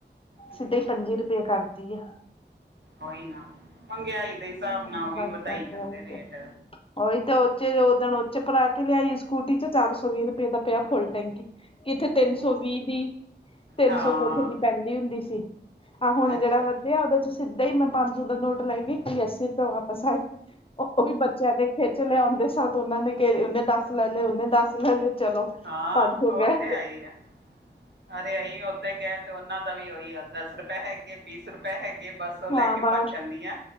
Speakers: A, on the right; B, on the left.
A: ਹੂੰ
B: ਸਿੱਧਾ ਹੀ ਪੰਜੀ ਰੁਪਏ, ਕਰ ਵਧੀਆ।
A: ਉਹੀ ਨਾ, ਮਹਿੰਗਾਈ ਦੇ ਹਿਸਾਬ
B: ਹਮ,
A: ਨਾਲ, ਉਹ ਵੀ
B: ਬਸ
A: ਵਧਾਈ
B: ਬਸ
A: ਜਾਂਦੇ
B: ਉਹੀ
A: ਰੇਟ।
B: ਤੇ ਉਹੀ ਤਾਂ, ਉੱਦੇ ਦਿਣ ਉੱਚੇ ਭਰਾ ਕੇ ਲਿਆਈ ਸਕੂਟੀ ਚ ਚਾਰ ਸੌ ਵੀਹ ਰੁਪਏ ਦਾ, ਪਿਆ ਫੁੱਲ ਟੈਂਕੀ ਕਿੱਥੇ ਤਿੰਨ ਸੌ ਵੀਹ ਦੀ, ਤਿੰਨ
A: ਹਾਂ
B: ਸੌ ਕੁਛ ਦੀ ਪੈਂਦੀ ਹੁੰਦੀ ਸੀ ਆਹ ਹੁਣ
A: ਅੱਛਾ
B: ਜਿਹੜਾ ਵਧੀਆ ਆ ਉਹਦੇ ਚ ਸਿੱਧਾ ਹੀ ਮੈਂ ਪੰਜ ਸੌ ਦਾ ਨੋਟ ਲੈ ਗਈ, ਖਾਲੀ ਅੱਸੀ ਰੁਪਏ ਵਾਪਸ ਆਈ। ਉਹ ਵੀ, ਬੱਚਿਆਂ ਦੇ ਖਿੱਚ ਲਿਆਉਂਦੇ। ਸਾਡੇ ਇਹਨਾਂ ਨੇ ਗੇਰੇ ਉਹਨੇ ਦੱਸ ਲੈ ਲਏ ਉਹਨੇ ਦੱਸ ਲੈ ਲਏ ਚਲੋ।
A: ਹਾਂ
B: ਪੰਜ ਸੌ
A: ਉਹ
B: ਗਏ
A: ਤੇ ਹੈ ਹੀ ਆ, ਅਰੇ ਅਸੀਂ ਉੱਥੇ ਗਏ। ਤੇ ਉਹਨਾਂ ਦਾ ਵੀ, ਏਹੀ ਹੱਲ ਦਸ ਰੁਪਏ ਹੈਗੇ ਬਸ ਰੁਪਏ ਹੈਗੇ ਬਸ ਉਹ ਲੈ
B: ਹਾਂ
A: ਕੇ
B: ਬਸ
A: ਭੱਜ ਜਾਂਦੀ ਆ।